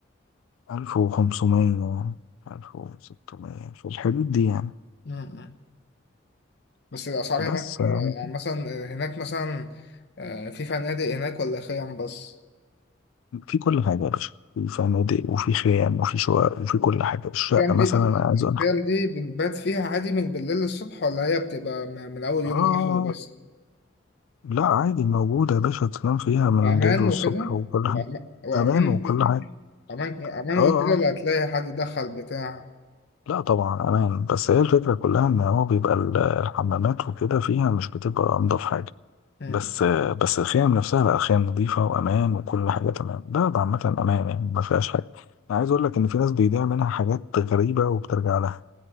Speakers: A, on the left (about 80°); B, on the left (about 55°).
A: ألف وخمسمية ألف وستمية في الحدود دي يعني
B: مم. بس الأسعار
A: بس
B: هناك
A: آه،
B: آه، يعني مثلا هناك مثلا آه، في فنادق هناك ولا خيام بس؟
A: في كل حاجة يا باشا في فنادق وفي خيام وفي شقق وفي كل حاجة الشقة
B: الخيام
A: مثلا
B: دي
A: أنا عايز
B: الخيام
A: أنخ
B: دي بنبات فيها عادي من بالليل للصبح ولا هي بتبقى م- من أول
A: آه
B: يوم لآخره بس؟
A: لا عادي موجودة يا باشا تنام فيها من
B: وأمان
A: الليل والصبح
B: وكده
A: وكل حاجة
B: وأما- وأمان
A: أمان وكل
B: وكده
A: حاجة
B: أمان أمان
A: آه
B: وكده
A: آه
B: اللي هتلاقي حد دخل بتاع
A: لا طبعا أمان بس هي الفكرة كلها إن هو بيبقى ال- الحمامات وكده فيها مش بتبقى أنضف حاجة
B: مم.
A: بس بس الخيام نفسها لا خيام نظيفة وأمان وكل حاجة تمام ده ده عامة أمان يعني ما فيهاش حاجة أنا عايز أقول لك إن في ناس بيضيع منها حاجات غريبة وبترجع لها